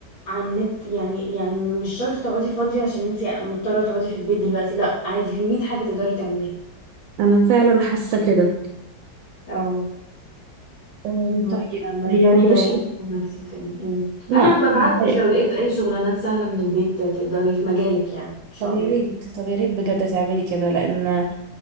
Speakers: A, on the left; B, on the right.
A: على النت يعني يعني مش شرط تقعدي فاضيه عشان انت مضطره تقعدي في البيت دلوقتي لا عادي في 100 حاجه تقدري تعمليها
B: انا فعلا حاسة كده
A: أو
B: أم،
A: ما
B: طيب
A: ت- ما
B: يعني
A: تضايقيش
B: بصي
A: من نفسك يعني أمم.
B: لا
A: انا
B: مش
A: هبقى ابعت
B: متضايقة.
A: لك لو لقيت اي شغلانات سهله من البيت تقدري في مجالك يعني ان شاء
B: طب يا
A: الله
B: ريت طب يا ريت بجد تعملي كده لان